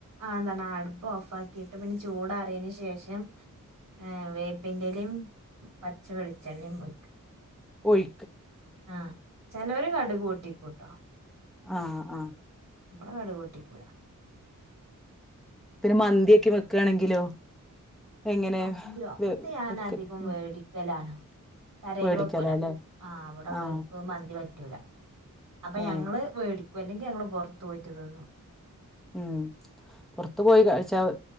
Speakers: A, on the right; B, in the centre.
A: ആഹ് എന്താന്നാ ആഹ് അട്പ്പ് ഓഫാക്കീട്ട് പിന്നെ ചൂടാറിയേന് ശേഷം ഏഹ് വേപ്പിന്റലിം ഉം പച്ചവെളിച്ചെണ്ണിം ഒഴിക്കാ
B: ഒഴി
A: ആഹ് ചെലോര് കടുക് പൊട്ടിക്കുട്ടോ
B: ആഹ് ആഹ്
A: ഇവടെ കടുക്ക് പൊട്ടിക്കൂല
B: പിന്നെ മന്തിയൊക്ക്യേ വെക്കാണെങ്കിലോ എങ്ങനെ
A: <unintelligible>
B: വെ
A: ഞാൻ
B: വെക്കല്
A: അധികോം
B: ഉം
A: വേടിക്കലാണ് പേരെല്
B: വേടിക്കലാല്ലേ
A: വക്കൂല ആ അവിടെള്ളോര്ക്ക്
B: ആ
A: മന്തി പറ്റൂ റ്റൂലാ അപ്പൊ
B: ഏ
A: ഞങ്ങള് വേടിക്കും അല്ലെങ്കില് ഞങ്ങള് പൊർത്ത് പോയ്റ്റ്തിന്നും
B: ഉം പൊർത്ത് പോയി കഴിച്ചാ